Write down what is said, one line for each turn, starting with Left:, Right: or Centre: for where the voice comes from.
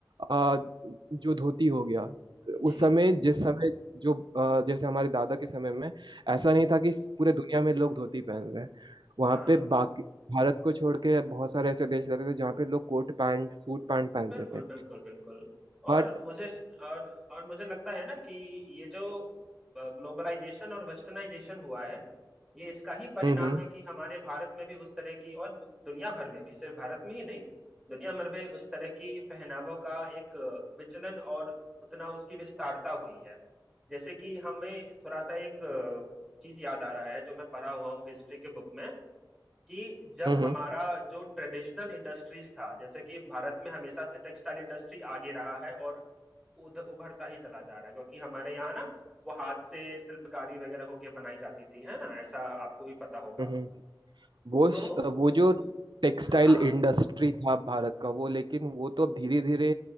Right: अ, जो धोती हो गया
Centre: जी
Right: उस समय जिस समय जो अ, जैसे हमारे दादा के समय में ऐसा
Centre: जी,
Right: नहीं था कि पूरे दुनिया में लोग धोती पहन रहे हैं वहाँ
Centre: हाँ
Right: पे बाकी भारत को छोड़ के बहुत सारे ऐसे देश रहते थे जहाँ पे लोग कोट पैंट सूट पैंट पहनते
Centre: बिल्कुल
Right: थे
Centre: बिल्कुल बिल्कुल और
Right: बट
Centre: मुझे और और मुझे लगता है ना कि ये जो ग्लोबलाइजेशन और वेस्टर्नाइजेशन हुआ है ये इसका ही परिणाम
Right: हम्म हम्म
Centre: है कि हमारे भारत में भी उस तरह की और दु- दुनिया भर में भी सिर्फ भारत में ही नहीं दुनिया भर में उस तरह की पहनावों का एक अ, विचलन और उतना उसकी विस्तारता हुई है जैसे कि हमें थोड़ा सा एक अ, चीज याद आ रहा है जो मैं पढ़ा हुआ हूँ हिस्ट्री के बुक में कि जब
Right: हम्म
Centre: हमारा जो ट्रेडिशनल इंडस्ट्रीज था जैसे कि भारत में हमेशा से टेक्सटाइल इंडस्ट्री आगे रहा है और उध- उभरता ही चला जा रहा है क्योंकि हमारे यहाँ ना वो हाथ से शिल्पकारी वगैरह होके बनाई जाती थी है ना ऐसा आपको भी पता होगा
Right: हम्म वो
Centre: तो
Right: श- वो जो टेक्सटाइल
Centre: हाँ
Right: इंडस्ट्री था भारत का वो लेकिन वो तो धीरे धीरे